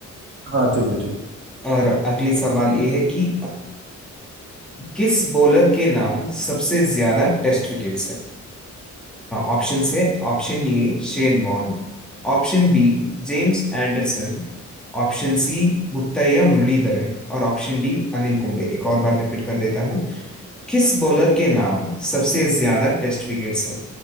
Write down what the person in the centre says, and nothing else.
और अगली सवाल ये है कि किस बॉलर के नाम सबसे ज्यादा टेस्ट विकेट्स हैं ऑप्शन है option A Shane Warne option B James Anderson option C Muttiah Muralitharan और ऑप्शन डी अनिल कुंबले एक और बार रिपीट कर देता हूँ किस बॉलर के नाम सबसे ज्यादा टेस्ट विकेट्स हैं